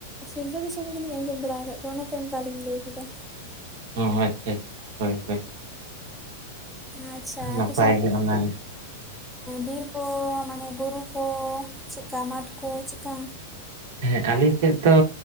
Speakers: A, in the centre; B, on the right.
A: ᱥᱤᱞᱫᱟᱹ ᱫᱤᱥᱚᱢ ᱜᱮᱞᱤᱧ ᱟᱸᱡᱚᱢ ᱵᱟᱲᱟ ᱟᱠᱟᱫ ᱠᱚᱣᱟ ᱚᱱᱟᱛᱮ ᱚᱱᱠᱟᱞᱤᱧ ᱞᱟᱹᱭ ᱠᱮᱫᱟ᱾
B: ᱚ ᱟᱪᱪᱷᱟ ᱟᱪᱪᱷᱟ᱾ ᱦᱳᱭ ᱦᱳᱭ
A: ᱟᱪᱪᱷᱟ
B: ᱱᱟᱯᱟᱭ
A: ᱛᱚ
B: ᱜᱮ ᱚᱱᱟᱜᱮ
A: ᱵᱤᱨ ᱠᱚ ᱢᱟᱱᱮ ᱵᱩᱨᱩ ᱠᱚ ᱪᱮᱫᱠᱟ ᱢᱟᱴ ᱠᱚ ᱪᱮᱫᱠᱟ?
B: ᱦᱮᱸ ᱟᱞᱮ ᱥᱮᱫ ᱫᱚ